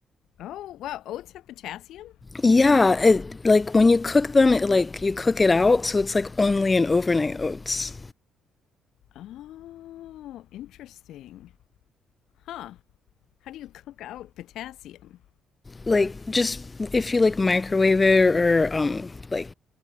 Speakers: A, on the left (about 80°); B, on the left (about 20°).
A: Oh, wow, oats have potassium?
B: Yeah, it like when you cook them, it like you cook it out, so it's like only in overnight oats.
A: Oh, interesting. Huh. How do you cook out potassium?
B: Like just if you like microwave it or um like